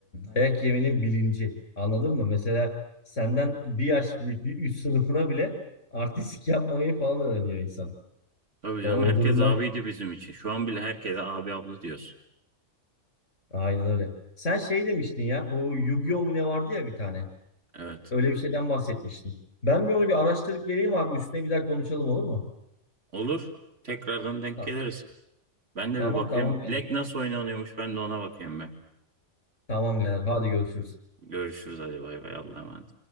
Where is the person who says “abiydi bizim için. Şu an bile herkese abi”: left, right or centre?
Right